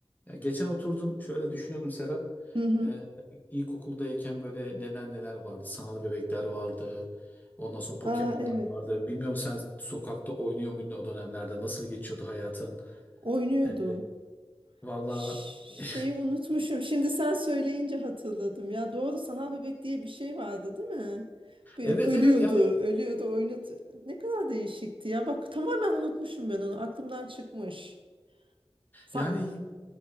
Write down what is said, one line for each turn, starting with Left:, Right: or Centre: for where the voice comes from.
Left: Ya geçen oturdum şöyle düşünüyordum Serap.
Right: Hı hı.
Left: Ee, ilkokuldayken böyle neler neler vardı. Sanal bebekler vardı. Ondan sonra Pokemon'lar
Right: Aa evet.
Left: vardı. Bilmiyorum sen sokakta oynuyor muydun o dönemlerde? Nasıl geçiyordu hayatın?
Right: Oynuyordum.
Left: Evet, valla
Right: Ş-
Left: <laughs>
Right: Şeyi unutmuşum. Şimdi sen söyleyince hatırladım. Ya doğru sanal bebek diye bir şey vardı, değil mi? Bir
Left: evet
Right: ölüyordu,
Left: evet yani
Right: ölüyordu, oynat. Ne kadar değişikti ya. Bak tamamen unutmuşum ben onu. Aklımdan çıkmış. Sa-
Left: yani